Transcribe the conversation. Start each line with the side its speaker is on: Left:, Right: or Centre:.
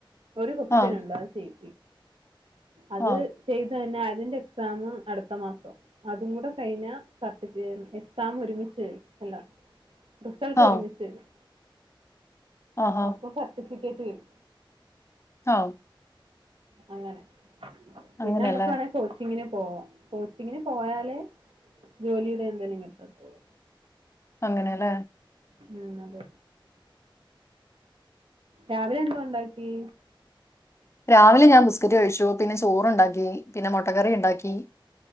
Right: ഒരു കൊസ്റ്റ്യൻ
Left: ആഹ്
Right: ഉണ്ട് അത് ചെയ്യും അത്
Left: ആഹ്
Right: ചെയ്ത് തന്നെ അതിന്റെ എക്സാം അടുത്ത മാസാ അതും കൂടെ കഴിഞ്ഞ സർട്ടിഫ എക്സാം ഒരുമിച്ച് കഴിയുംഎല്ലാം റിസൾട്ട്
Left: ആഹ്
Right: ഒരുമിച്ചു വരും.
Left: ആഹാ
Right: അപ്പൊ സർട്ടി ഫിക്കറ്റ് കിട്ടും.
Left: ആ
Right: അങ്ങനെ പിന്നെ
Left: അങ്ങനെയല്ലേ
Right: നമ്മുക്ക് വേണെ കോച്ചിങ്ങിന് പോവാം കോച്ചിങ്ങിന് പോയാലേ ജോലിയുടെ എന്തെലും കിട്ടത്തൊള്ളൂ
Left: അങ്ങനാ അല്ലേ
Right: ഉം അതെ രാവിലെ എന്ത ഉണ്ടാക്കി
Left: രാവിലെ ഞാൻ ബിസ്ക്കറ്റ് കഴിച്ചു പിന്നെ ചോറുണ്ടാ ക്കി പിന്നെ മുട്ടകറി ഇണ്ടാക്കി